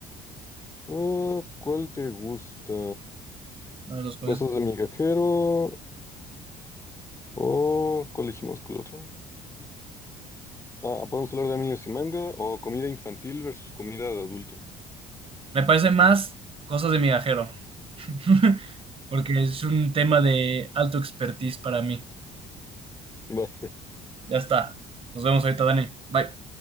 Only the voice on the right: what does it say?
Uno de los cuales
me parece más cosas de migajero, <laughs> porque es un tema de alto expertise para mí.
Ya está. Nos vemos ahorita, Dani. Bye.